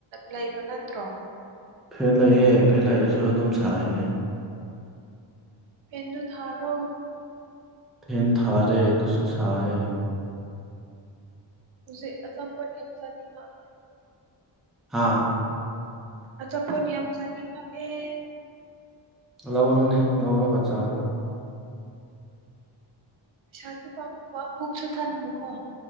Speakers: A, on the right; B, in the centre.
A: ꯂꯩꯕ ꯅꯠꯇ꯭ꯔꯣ
B: ꯐꯦꯟ ꯂꯩꯌꯦ ꯐꯦꯟ ꯂꯩꯔꯁꯨ ꯑꯗꯨꯝ ꯁꯥꯏꯌ‌ꯦ
A: ꯐ‌ꯦꯟꯗꯨ ꯊꯥꯔꯣ
B: ꯐ‌ꯦꯟ ꯊꯥꯔꯦ ꯗꯨꯁꯨ ꯁꯥꯏꯑꯦ
A: ꯍꯧꯖꯤꯛ ꯑꯆꯥꯄ‌ꯣꯠ ꯌꯥꯝ ꯆꯥꯅꯤꯡꯉꯛ
B: ꯍꯥꯥ
A: ꯑꯆꯥꯄꯣꯠ ꯌꯥꯝ ꯆꯥꯅꯤꯡꯉꯛꯑꯦ
B: ꯂꯧꯔꯣꯅꯦ ꯂꯧꯔꯒ ꯆꯥꯔꯣ
A: ꯄꯩꯁꯥꯗꯤ ꯄꯥꯝꯃꯨꯕ ꯄꯨꯛꯁꯨ ꯊꯟꯕꯀꯣ